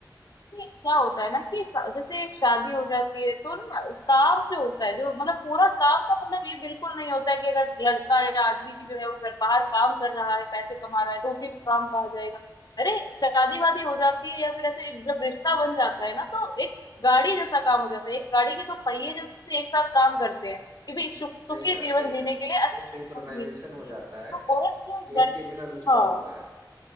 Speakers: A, on the left; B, on the right.
A: नहीं, क्या होता है ना कि सा- जैसे एक शादी हो जाती है तो ना काम जो होता है जो मतलब पूरा काम का मतलब ये बिल्कुल नहीं होता है कि अगर लड़का या आदमी जो है वो घर बाहर काम कर रहा है पैसे कमा रहा है तो उसी को काम कहा जाएगा अरे शादी वादी हो जाती है या फिर ऐसे एक- जब रिश्ता बन जाता है ना तो एक गाड़ी जैसा काम हो जाता है एक गाड़ी के तो पहिए जैसे एक साथ काम करते हैं कि भाई सुख सुखी
B: सही कहा
A: जीवन
B: सही
A: जीने
B: कहा
A: के लिए अच्छा
B: वो सिंक्रोनाइजेशन
A: जीवन जीने के
B: हो
A: लिए
B: जाता
A: तो
B: है
A: औरत
B: कि
A: को
B: एक
A: घर
B: के बिना दूसरा
A: हाँ
B: अधूरा है